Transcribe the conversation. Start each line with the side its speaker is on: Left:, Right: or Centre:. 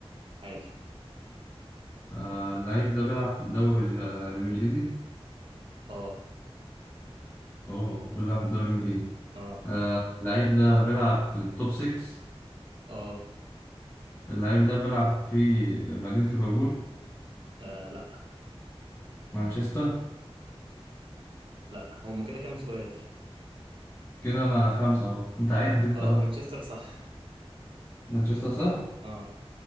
Right: حالي
Left: آه اللعيب ده بيلعب في الدوري ال- الإنجليزي؟
Right: اه
Left: أوه بيلعب في الدوري الإنجليزي
Right: اه
Left: آه اللعيب ده بيلعب في التوب 6
Right: اه
Left: اللعيب ده بيلعب في مدينة ليفربول
Right: آه، لا
Left: مانشستر
Right: لا هما كده كام سؤال
Left: كده أنا خمسة أهو أنت عد أنت
Right: اه
Left: بقى
Right: مانشستر صح
Left: مانشستر صح؟
Right: اه